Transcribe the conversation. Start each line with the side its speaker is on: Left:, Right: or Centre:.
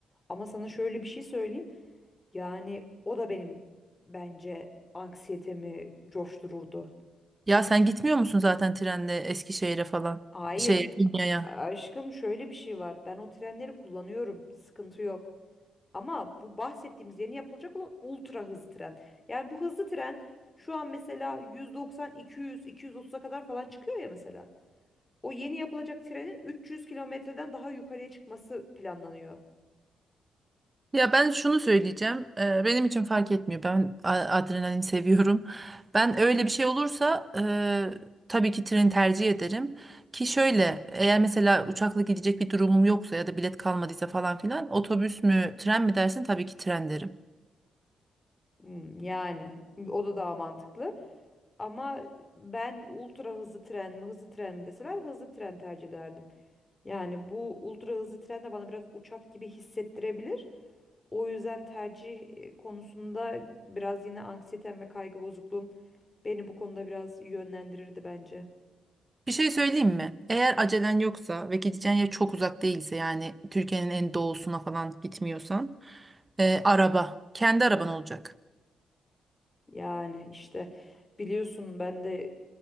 Left: Ama sana şöyle bir şey söyleyeyim. Yani o da benim bence anksiyetemi coştururdu.
Right: Ya sen gitmiyor musun zaten trenle Eskişehir'e falan?
Left: Hayır
Right: Şey Konya'ya.
Left: aşkım şöyle bir şey var. Ben o trenleri kullanıyorum. Sıkıntı yok. Ama bu bahsettiğimiz yeni yapılacak olan ultra hızlı tren. Yani bu hızlı tren şu an mesela 190, 200, 230'a kadar falan çıkıyor ya mesela. O yeni yapılacak trenin 300 kilometreden daha yukarıya çıkması planlanıyor.
Right: Ya ben şunu söyleyeceğim. Ee, benim için fark etmiyor. Ben a- adrenalin seviyorum. Ben öyle bir şey olursa e, tabii ki treni tercih ederim. Ki şöyle eğer mesela uçakla gidecek bir durumum yoksa ya da bilet kalmadıysa falan filan otobüs mü tren mi dersin tabii ki tren derim.
Left: Hmm, yani o da daha mantıklı. Ama ben ultra hızlı tren mi hızlı tren mi deseler hızlı tren tercih ederdim. Yani bu ultra hızlı tren de bana biraz uçak gibi hissettirebilir. O yüzden tercih e, konusunda biraz yine anksiyetem ve kaygı bozukluğum beni bu konuda biraz yönlendirirdi bence.
Right: Bir şey söyleyeyim mi? Eğer acelen yoksa ve gideceğin yer çok uzak değilse yani Türkiye'nin en doğusuna falan gitmiyorsan e, araba. Kendi araban olacak.
Left: Yani işte biliyorsun ben de